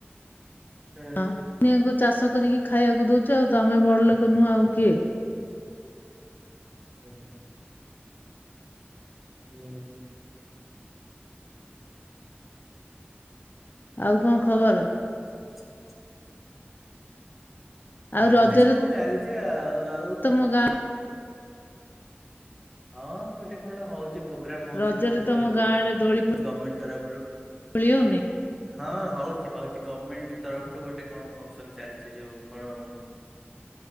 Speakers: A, on the left; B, in the centre.
A: <inaudible>
B: ହୁଁ
A: ହ ନି ଚାଷ କରିକି ଖାଇବାକୁ ଦଉଛୁ ତମେ ବଡ ଲୋକ୍ ନୁହେଁ ଆଉ କିଏ?
B: ହୁଁ। ହୁଁ।
A: ଆଉ କଣ ଖବର?
B: <inaudible>
A: ଆଉ
B: ଏମିତି
A: ରଜରେ
B: ସବୁ ଚାଲିଛି ଆଉ ଆଉ
A: ତମ ଗାଁ
B: ହଁ ଗୋଟେ କଣ ହଉ ପ୍ରୋଗ୍ରାମ୍ ଅଛି
A: ରଜରେ
B: ଗୋଟେ ଯୋଉ
A: ତମ ଗାଁ ଆଡେ ଦୋଳି ଫୋ
B: ଗ ମ୍ମେଣ୍ଟ ତରଫ୍ ରୁ।
A: ଦୋଳି ହଉନି
B: ହଁ ହଉଛି ହଉଛି ଗଭର୍ଣମେଣ୍ଟ ତରଫରୁ ଗୋଟେ କଣ ଫଂକ୍ସନ୍ ଚାଲିଛି ଯୋଉ କଣ